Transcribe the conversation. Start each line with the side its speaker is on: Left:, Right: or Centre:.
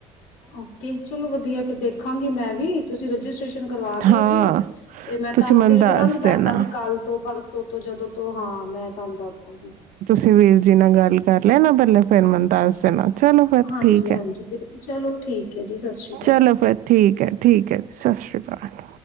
Left: ਓਕੇ ਚਲੋ ਵਧੀਆ ਫਿਰ ਦੇਖਾਂਗੀ। ਮੈਂ ਵੀ ਤੁਸੀਂ ਰਜਿਸਟ੍ਰੇਸ਼ਨ ਕਰਵਾ
Right: ਹਾਂ
Left: ਦਿਆ ਜੇ ਤੇ ਮੈਂ
Right: ਤੁਸੀਂ
Left: ਤੁਹਾਨੂੰ
Right: ਮੈਨੂੰ
Left: ਦੇਖਦਾਂਗੀ
Right: ਦੱਸ ਦੇਣਾ
Left: ਦੱਸਦਾਂਗੀ ਕੱਲ ਤੋਂ ਪਰਸੋਂ ਤੋਂ ਜਦੋਂ ਤੋਂ ਹਾਂ, ਮੈਂ ਤੁਹਾਨੂੰ ਦੱਸਦਾਂਗੀ।
Right: ਤੁਸੀ ਵੀਰ ਜੀ ਨਾਲ ਗੱਲ ਕਰ ਲਿਆ ਨਾ ਪਹਿਲੇ ਫਿਰ ਮੈਨੂੰ ਦਸ ਦੇਣਾ ਚਲੋ ਫਿਰ
Left: ਹਾਂਜੀ
Right: ਠੀਕ
Left: ਹਾਂਜੀ
Right: ਹੈ
Left: ਬਿਲਕੁਲ ਚਲੋ ਠੀਕ ਹੈ ਜੀ ਸਤਿ ਸ਼੍ਰੀ ਅਕਾਲ।
Right: ਚਲੋ ਫਿਰ ਠੀਕ ਹੈ ਠੀਕ ਹੈ ਜੀ ਸਸ ਰੀ ਅਕਾਲ।